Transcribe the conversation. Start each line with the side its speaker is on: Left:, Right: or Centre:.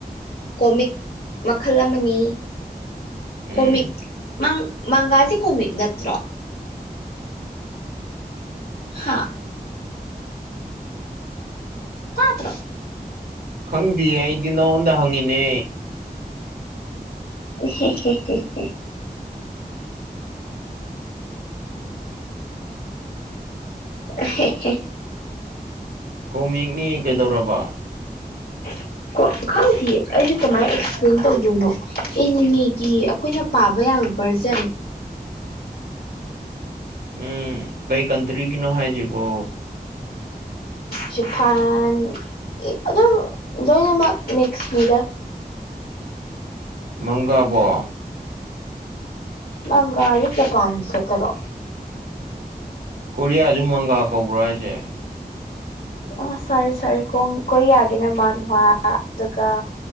Left: ꯀꯣꯃꯤꯛ ꯃꯈꯜ ꯑꯃꯅꯤ꯫ ꯀꯣꯃꯤꯛ
Right: ꯎꯝ
Left: ꯃꯪ ꯃꯪꯒꯥꯁꯤ ꯀꯣꯃꯤꯠ ꯅꯠꯇ꯭ꯔꯣ꯫ ꯍꯥꯥ꫰꫰ ꯇꯥꯗ꯭ꯔꯣ꯫
Right: ꯈꯪꯗꯤꯌꯦ ꯑꯩꯗꯤ ꯅꯉꯣꯟꯗ꯫ ꯗ ꯍꯪꯉꯤꯅꯦ꫰꫰
Left: <unintelligible> <unintelligible>
Right: ꯀꯣꯃꯤꯛꯅꯤ ꯀꯩꯗꯧꯔꯕ꯫
Left: <inaudible> ꯈꯪꯗꯤꯌꯦ ꯑꯩꯁꯨ ꯀꯃꯥꯏꯅ ꯑꯦꯛꯁꯄ꯭ꯂꯦꯟ ꯇꯧꯗꯣꯏꯅꯣ ꯏꯟꯅꯤꯃꯤꯒꯤ ꯑꯩꯈꯣꯏꯅ ꯄꯥꯕ ꯌꯥꯕ ꯚꯔꯖꯟ꯫
Right: ꯎꯝ ꯀꯩ ꯀꯟꯇ꯭ꯔꯤꯒꯤꯅꯣ ꯍꯥꯏꯁꯤꯕꯣ꯫
Left: ꯆꯐꯥꯟ ꯑꯗꯨꯝ ꯂꯣꯏꯅꯃꯛ ꯃꯤꯛꯁ ꯃꯤꯗ
Right: ꯃꯪꯒꯕꯣ
Left: ꯕꯪꯒꯥꯂꯤ ꯖꯄꯥꯟ ꯆꯠꯇꯔꯣ
Right: ꯀꯣꯔꯤꯌꯥꯁꯨ ꯃꯪꯒꯥ ꯀꯧꯕ꯭ꯔꯣ ꯍꯥꯏꯁꯦ
Left: ꯑ ꯁꯥꯔꯤ ꯁꯥꯔꯤ ꯀꯣꯔꯤꯌꯥꯒꯤꯅ ꯃꯥꯟꯋꯥ ꯑꯗꯨꯒ